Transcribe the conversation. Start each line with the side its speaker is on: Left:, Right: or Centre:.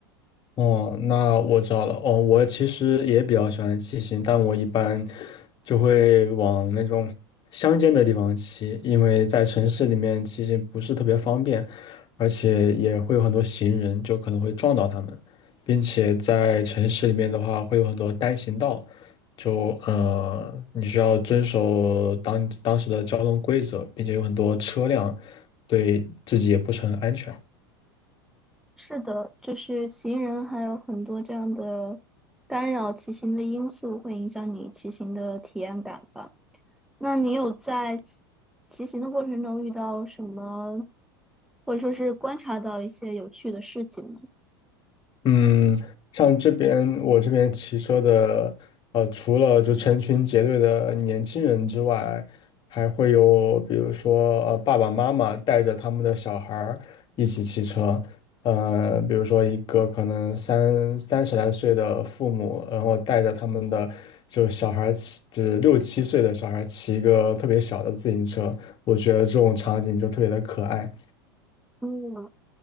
Left: 哦，那我知道了。哦，我其实也比较喜欢骑行，但我一般就会往那种乡间的地方骑，因为在城市里面骑行不是特别方便，而且也会有很多行人，就可能会撞到他们，并且在城市里面的话，会有很多单行道，就呃，你需要遵守当当时的交通规则，并且有很多车辆，对自己也不是很安全。
Centre: 是的，就是行人还有很多这样的干扰骑行的因素，会影响你骑行的体验感吧。那你有在骑骑行的过程中遇到什么，或者说是观察到一些有趣的事情吗？
Left: 嗯，像这边我这边骑车的，呃，除了就成群结队的年轻人之外，还会有比如说呃爸爸妈妈带着他们的小孩儿一起骑车，呃，比如说一个可能三三十来岁的父母，然后带着他们的就小孩儿骑，就是六七岁的小孩儿骑一个特别小的自行车，我觉得这种场景就特别的可爱。
Centre: 嗯，